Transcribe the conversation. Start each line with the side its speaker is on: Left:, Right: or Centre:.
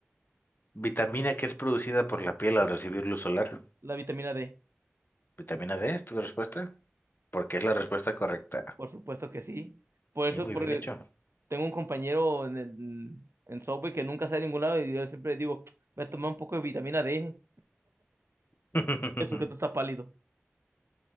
Left: Vitamina que es producida por la piel al recibir luz solar.
Right: La vitamina D,
Left: ¿Vitamina D es tu respuesta? Porque es la respuesta correcta.
Right: por supuesto que sí. Por eso,
Left: Y muy
Right: porque
Left: bien hecho.
Right: tengo un compañero en el en Subway que nunca sale a ningún lado y yo siempre digo, voy a tomar un poco de vitamina D.
Left: <laughs>
Right: Eso que tú estás pálido.